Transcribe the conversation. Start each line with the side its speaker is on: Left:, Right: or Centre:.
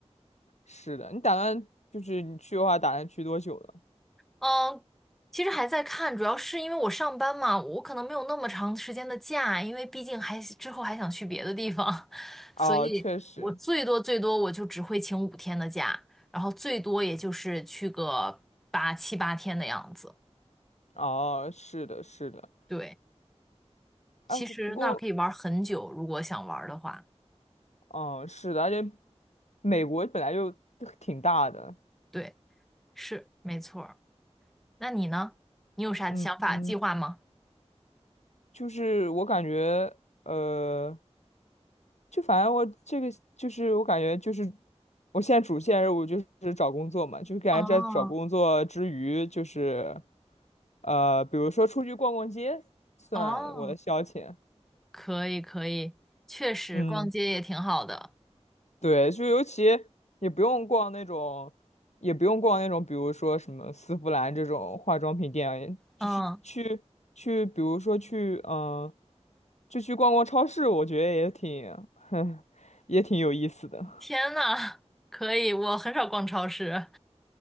Left: 是的，你打算就是你去的话，打算去多久了？
Centre: 嗯，其实还在看，主要是因为我上班嘛，我可能没有那么长时间的假，因为毕竟还之后还想去别的地方，<laughs> 所以我最多最多我就只会请五天的假，
Left: 哦，确实，
Centre: 然后最多也就是去个八七八天的样子。
Left: 哦，是的，是的，
Centre: 对，
Left: 哎，
Centre: 其实那儿可以玩很久，
Left: 不过，
Centre: 如果想玩的话。
Left: 嗯，是的，而且美国本来就挺大的，
Centre: 对。是，没错儿。那你呢？你有啥想法、
Left: 嗯嗯。
Centre: 计划吗？
Left: 就是我感觉，呃，就反正我这个就是我感觉就是我现在主线任务就是找工作嘛，就是感觉在找工作之余，
Centre: 哦
Left: 就是呃，比如说出去逛逛街，算我的消遣。
Centre: 哦，可以可以，确实逛街也挺好的。
Left: 嗯。对，就尤其也不用逛那种，也不用逛那种，比如说什么丝芙兰这种化妆品店，就是去去，
Centre: 嗯，
Left: 比如说去，嗯、就去逛逛超市，我觉得也挺，<laughs> 哼，也挺有意思的。
Centre: 天呐，可以，我很少逛超市，